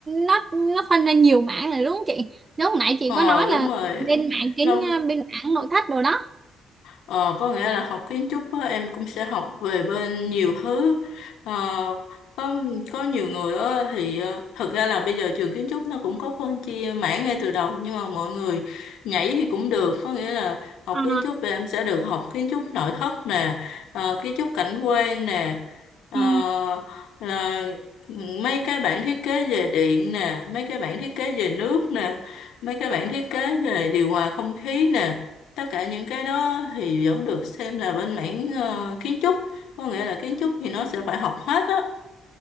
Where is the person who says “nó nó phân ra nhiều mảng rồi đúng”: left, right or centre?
Right